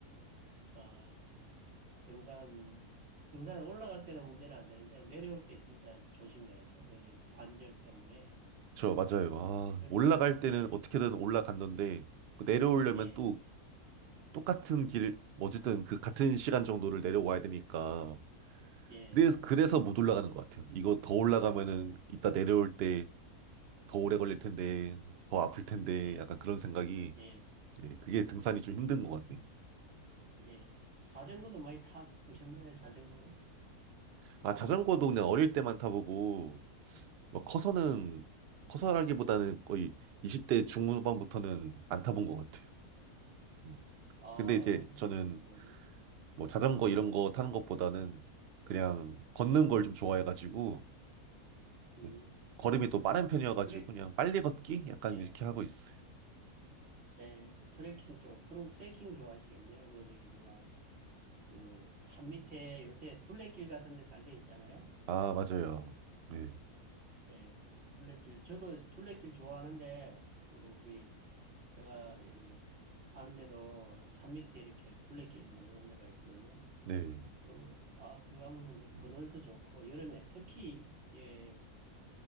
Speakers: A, on the right; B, on the right.
A: 아, 등산, 등산 올라갈 때는 문제는 안 되는데 내려올 때 진짜 조심해야죠. 그 관절 때문에.
B: 저 맞아요. 아
A: 저는,
B: 올라갈 때는
A: 예,
B: 어떻게든 올라갔는데 그 내려오려면
A: 예,
B: 또 똑같은 길, 뭐 어쨌든 그 같은 시간 정도를 내려와야 되니까
A: 예,
B: 그래서 그래서 못 올라가는 것 같아요. 이거 더 올라가면은 이따 내려올 때 더 오래 걸릴 텐데, 더 아플 텐데,
A: 예,
B: 약간 그런 생각이,
A: 예.
B: 예, 그게 등산이 좀 힘든 것 같네요.
A: 예. 자전거도 많이 타보셨나요, 자전거는?
B: 아, 자전거도 그냥 어릴 때만 타보고, 뭐 커서는, 커서라기보다는 거의 20대 중후반부터는 안 타본 것 같아요. 음.
A: 아,
B: 근데 이제
A: 어릴
B: 저는
A: 때만 타보지고
B: 뭐 자전거 이런 거 타는 것보다는 그냥 걷는 걸 좀 좋아해가지고,
A: 음,
B: 예. 걸음이 또 빠른 편이어가지고
A: 트랙,
B: 그냥 빨리 걷기? 약간
A: 예,
B: 이렇게 하고 있어요.
A: 예, 트레킹 쪽. 그럼 트레킹 좋아하시겠네요. 그, 저기, 뭐야, 그, 산 밑에 요새 둘레길 같은 데 잘 돼 있잖아요.
B: 아, 맞아요. 네.
A: 예, 둘레길. 저도 둘레길 좋아하는데, 그, 우리, 제가 여기 사는데도 산 밑에 이렇게 둘레길 만들어 놓은 데가 있거든요.
B: 네.
A: 그럼, 아, 그거 하면은 이제
B: 음,
A: 그늘도 좋고, 여름에 특히, 예,